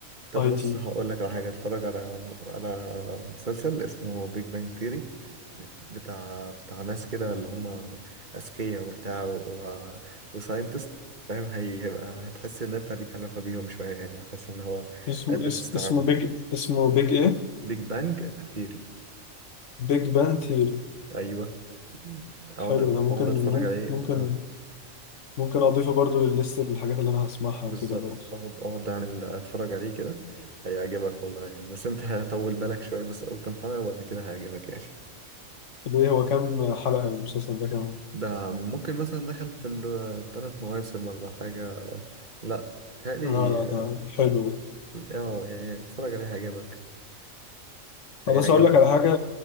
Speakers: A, on the right (about 35°); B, on the left (about 65°).
A: طب
B: اي
A: بص
B: تي
A: هقول لك على حاجة اتفرج على على مسلسل اسمه بيج بانج ثيري بتاع بتاع ناس كده اللي هم أذكياء وبتاع و... وساينتست فاهم هي... هيبقى هتحس إن أنت ليك علاقة بيهم شوية يعني هتحس إن هو
B: اسمه
A: قادر
B: اس-
A: تستوعبهم
B: اسمه بيج اسمه بيج ايه
A: بيج بانج ثيري
B: بيج بان ثيوري
A: أيوه اقعد
B: حلو ده
A: اقعد
B: ممكن
A: اتفرج عليه
B: ممكن
A: اه
B: ممكن اضيفه برضو للليست الحاجات اللي انا هسمعها
A: بالظبط
B: وكده برضو
A: اقعد اقعد اعمل اتفرج عليه كده هيعجبك والله يعني بس انت <laughs> هطول بالك شويه بس اول كام حلقه وبعد كده هيعجبك يعني
B: ليه هو كام حلقة المسلسل ده كمان؟
A: ده ممكن مثلا دخل في الثلاث مواسم ولا حاجة لا تهيألي
B: لا لا
A: اه
B: ده حلو ده
A: آه، يعني اتفرج عليه هيعجبك هيعجبك
B: خلاص أقول لك على حاجة